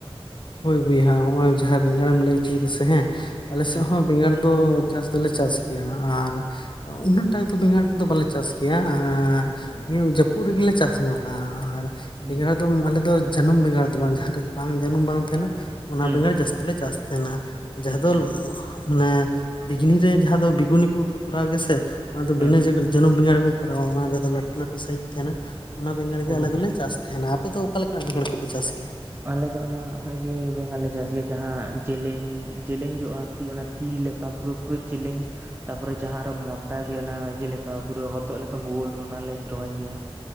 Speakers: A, on the left; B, on the right.
A: ᱦᱳᱭ ᱵᱚᱭᱦᱟ ᱦᱚᱸᱜ-ᱚᱭ ᱡᱟᱦᱟᱸ ᱵᱮᱸᱜᱟᱲᱮᱢ ᱞᱟᱹᱭ ᱩᱪᱩᱭ ᱫᱟ ᱥᱮ ᱦᱮᱸ ᱟᱞᱮ
B: ᱦᱩᱸ
A: ᱥᱮᱜ ᱦᱚᱸᱼᱼ ᱵᱮᱸᱜᱟᱲ ᱫᱚ ᱪᱟᱥ ᱫᱚᱞᱮ ᱪᱟᱥ ᱼᱼ ᱟᱨ ᱩᱱᱟᱹᱜ ᱴᱟᱜ ᱫᱚ ᱵᱮᱸᱜᱟᱲ ᱠᱩᱫᱚ ᱵᱟᱞᱮ ᱪᱟᱥ ᱜᱮᱭᱟ ᱟᱸᱻ
B: ᱟᱪᱪᱷᱟ
A: ᱱᱤᱭᱟᱹ ᱡᱟᱹᱯᱼᱼ ᱯᱩᱨ ᱜᱮᱞᱮ ᱪᱟᱥ ᱧᱚᱠᱟ ᱟᱨ
B: ᱦᱩᱸ
A: ᱵᱮᱸᱜᱟᱲ ᱫᱚ ᱟᱞᱮ ᱫᱚ ᱡᱟᱹᱱᱩᱢ ᱵᱮᱸᱜᱟᱲ ᱫᱚ ᱵᱟᱝ ᱡᱟᱦᱟᱸ ᱵᱟᱝ ᱡᱟᱹᱱᱩᱢ ᱵᱟᱝ ᱛᱟᱦᱮᱱᱟ ᱚᱱᱟ
B: ᱦᱩᱸ
A: ᱵᱮᱸᱜᱟᱲ ᱡᱟᱹᱥᱛᱤ ᱞᱮ ᱪᱟᱥ ᱛᱟᱦᱮᱱᱟ ᱡᱟᱦᱟᱸ
B: ᱟᱪᱪᱷᱟ
A: ᱫᱚ ᱢᱟᱱᱮ ᱵᱤᱜᱽᱱᱤ ᱨᱮ ᱡᱟᱦᱟᱸ ᱫᱚ ᱵᱤᱜᱩᱱᱤ ᱠᱚ ᱠᱚᱨᱟᱣ ᱜᱮᱭᱟ ᱥᱮ ᱚᱱᱟ ᱫᱚ
B: ᱦᱮᱸ
A: ᱵᱤᱱᱟᱹ ᱡᱟ ᱡᱟᱹᱱᱩᱢ ᱵᱮᱸᱜᱟᱲ ᱠᱩ ᱠᱚᱨᱟᱣᱟ ᱚᱱᱟ ᱜᱮ ᱛᱟᱦᱚᱞᱮ ᱞᱟᱹᱴᱩ ᱞᱟᱹᱴᱩ ᱥᱟᱭᱤᱡ ᱛᱟᱦᱮᱱᱟ ᱚᱱᱟ ᱵᱮᱸᱜᱟᱲ ᱜᱮ
B: ᱚ
A: ᱟᱞᱮ ᱫᱚᱠᱮ ᱪᱟᱥ ᱛᱟᱦᱮᱱᱟ ᱟᱯᱮ ᱫᱚ ᱚᱠᱟ ᱞᱮᱠ ᱵᱮᱸᱜᱟᱲ ᱠᱚᱯᱮ ᱪᱟᱥ ᱜᱮᱭᱟ
B: ᱟᱞᱮ ᱫᱚ ᱚᱱᱟ ᱤᱭᱟᱹ ᱵᱮᱸᱜᱟᱲ ᱞᱮ ᱪᱟᱥ ᱜᱮᱭᱟ ᱡᱟᱦᱟᱸ ᱡᱮᱞᱮᱧ ᱡᱮᱞᱮᱧ ᱡᱚᱜᱼᱟ ᱛᱤ ᱚᱱᱟ ᱛᱤ ᱞᱮᱠᱟ ᱯᱩᱨᱟᱹ ᱯᱩᱨᱟᱹ ᱡᱮᱞᱮᱧ ᱛᱟᱯᱚᱨᱮ ᱡᱟᱦᱟᱸ ᱟᱨ ᱢᱚᱴᱟ ᱜᱮ ᱚᱱᱟ ᱤᱡᱟᱹ ᱞᱮᱠᱟ ᱯᱩᱨᱟᱹ ᱦᱚᱛᱚᱜ ᱞᱮᱠᱟ ᱜᱳᱞ ᱚᱱᱟᱞᱮ ᱨᱚᱦᱚᱭ ᱜᱮᱭᱟ